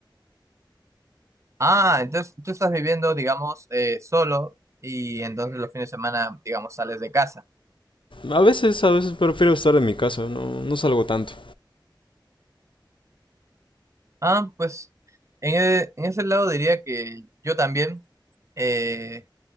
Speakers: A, on the right; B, on the left.
A: Ah, entonces tú estás viviendo, digamos, eh, solo y entonces los fines de semana, digamos, sales de casa.
B: A veces, a veces prefiero estar en mi casa. No, no salgo tanto.
A: Ah, pues en, e- en ese lado diría que yo también, eh,